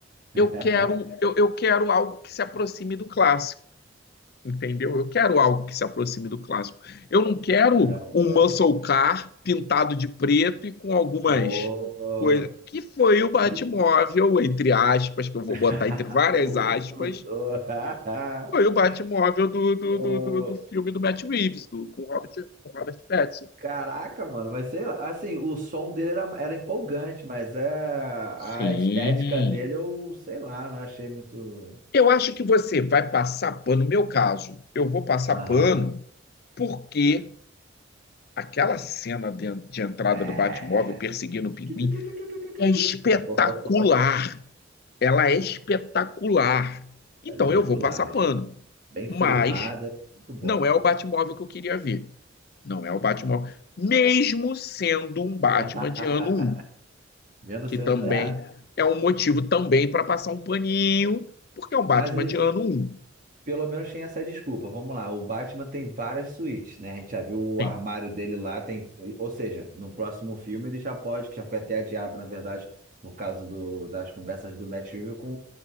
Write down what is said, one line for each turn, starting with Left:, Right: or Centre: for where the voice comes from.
Right: <laughs>
Left: eu quero, eu, eu quero algo que se aproxime do clássico, entendeu? Eu quero algo que se aproxime do clássico. Eu não quero
Right: É.
Left: um muscle car pintado de preto e com algumas
Right: Pô.
Left: coisas, que foi o Batmóvel,
Right: Que...
Left: entre aspas, que eu vou
Right: <laughs>
Left: botar entre várias
Right: Ô,
Left: aspas,
Right: doutor. <laughs>
Left: foi o Batmóvel do, do,
Right: Ô,
Left: do, do, do filme do Matt Reeves, do, com, Robert, com Robert Pattinson.
Right: caraca, mano, mas sei lá, assim, o som dele era, era empolgante, mas é, a
Left: Sim.
Right: estética dele eu, sei lá, não achei muito.
Left: Eu acho que você vai passar pano, no meu caso, eu vou passar
Right: Aham.
Left: pano porque aquela cena de, de entrada
Right: É.
Left: do Batmóvel perseguindo
Right: <laughs>
Left: o pinguim
Right: Tu, tu, tu, tu, tu, tu, tu,
Left: é
Right: tu, tu.
Left: espetacular.
Right: <laughs>
Left: Ela é espetacular. Então
Right: Ali é um
Left: eu
Right: esculacho.
Left: vou passar pano.
Right: Bem
Left: Mas
Right: filmada, muito bom.
Left: não é o Batmóvel que eu queria ver. Não é o Batmóvel. Mesmo sendo um Batman
Right: <laughs>
Left: de ano um.
Right: Menos
Left: que
Right: sendo
Left: também
Right: de. É.
Left: é um motivo também para passar um paninho,
Right: é.
Left: porque é um
Right: Mas,
Left: Batman
Right: e-
Left: de ano um
Right: Pelo menos tem essa desculpa. Vamos lá, o Batman tem várias suítes, né? A gente já viu o
Left: Sim,
Right: armário dele lá, tem, ou seja, no próximo filme ele já pode, que já foi até adiado, na verdade, por causa do- das conversas do Matt Reeves com